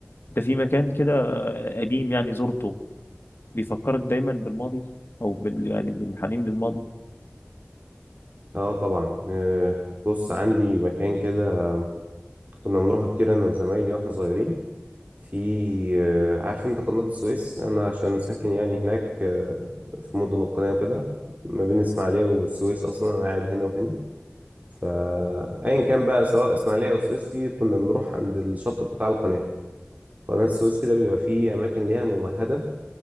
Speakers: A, on the left (about 55°); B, on the right (about 35°).
A: ده في مكان كده آه، قديم يعني زرته بيفكرك دايما بالماضي او بال يعني بالحنين للماضي
B: اه طبعا آه، بص عندي مكان كده كنا بنروح كتير انا وزمايلي واحنا صغيرين في آه، عارف انت قناة السويس انا عشان ساكن يعني هناك آه، في مدن القناة وكده ما بين اسماعيلية والسويس اصلا انا قاعد هنا وهنا فايا كان بقى سواء اسماعيلية او السويس في كنا بنروح عند الشط بتاع القناة قناة السويس كده بيبقى فيه اماكن ليها ممهدة